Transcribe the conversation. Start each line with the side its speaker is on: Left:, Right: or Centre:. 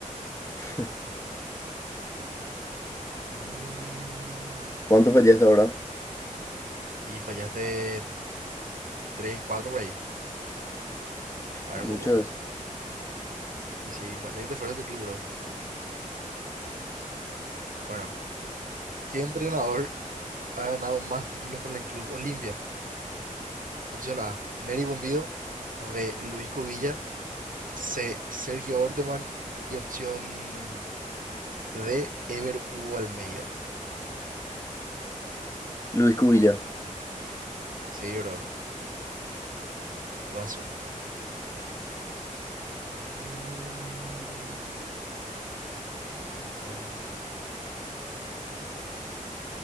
Left: <laughs>
Right: Mm,
Left: ¿Cuánto fallé hasta ahora?
Right: y fallaste tres, cuatro, por ahí. A ver,
Left: Muchos.
Right: un poco. Sí, sí, parece que te fuera de tu club, bro. Bueno, ¿qué entrenador ha ganado más títulos con el club Olimpia? Opción A, Nery Bumbido. B, Luis Cubilla. C, Sergio Orteman. Y opción D, Ever Hugo Almeida.
Left: Luis Cubilla.
Right: Sí, bro. Guaso. Mm, espera un poco.